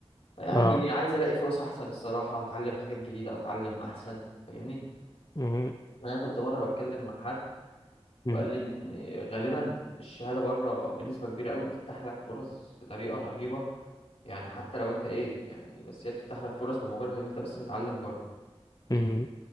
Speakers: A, on the left (about 70°); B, on the left (about 35°).
A: يعني
B: اه
A: ليه عايز الاقي فرص احسن الصراحه اتعلم حاجات جديده او اتعلم احسن فاهمني
B: امم
A: انا كنت مره بتكلم مع حد وقال
B: امم
A: لي ان غالبا الشهاده بره بنسبه كبيره قوي بتفتح لك فرص بطريقه رهيبه يعني حتى لو انت ايه يعني بس هي بتفتح لك فرص بمجرد ان انت بس متعلم بره
B: امم